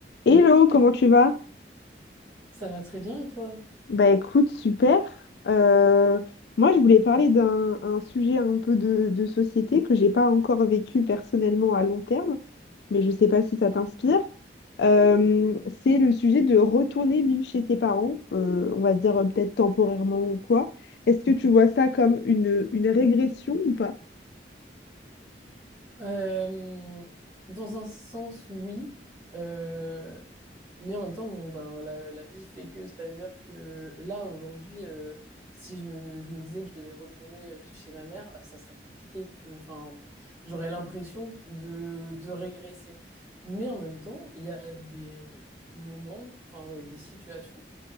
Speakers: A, on the left; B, on the right.
A: Hello, comment tu vas?
B: Ça va très bien et toi?
A: Bah écoute, super. Euh, moi, je voulais parler d'un un sujet un peu de, de société que j'ai pas encore vécu personnellement à long terme, mais je sais pas si ça t'inspire. Euh, c'est le sujet de retourner vivre chez tes parents, euh, on va dire euh, peut-être temporairement ou quoi. Est-ce que tu vois ça comme une, une régression ou pas?
B: Euh, dans un sens, oui, Euh, mais en même temps, bon, ben, la, la vie fait que, c'est-à-dire que là, aujourd'hui, euh, si je me, je me disais que je devais retourner euh, vivre chez ma mère, ah, ça serait compliqué. tu- enfin, j'aurais l'impression de, de régresser. Mais en même temps, il y a des moments, enfin, et des situations